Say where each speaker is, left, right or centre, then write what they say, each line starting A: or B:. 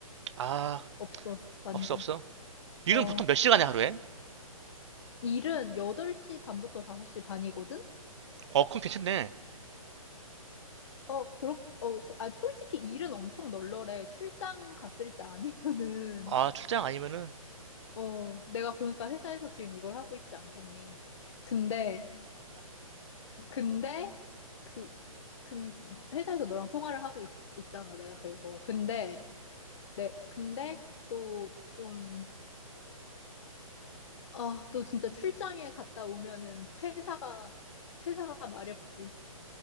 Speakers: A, on the right; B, on the left.
A: 아,
B: 없어. 완전.
A: 없어, 없어. 일은
B: 어,
A: 보통 몇 시간에 하루에?
B: 일은 8시 반부터 5시 반이거든?
A: 어, 그럼 괜찮네.
B: 어, 그렇, 어, 소- 아, 솔직히 일은 엄청 널널해. 출장 갔을 때 아니면은,
A: 아, 출장 아니면은
B: 어, 내가 그러니까 회사에서 지금 이걸 하고 있지 않겠니? 근데, 근데, 그, 근, 회사에서 너랑 통화를 하고 있, 잖아 내가 그래서. 근데, 내, 근데 또 좀, 아, 또 진짜 출장에 갔다 오면은 퇴사가, 퇴사가 마렵지.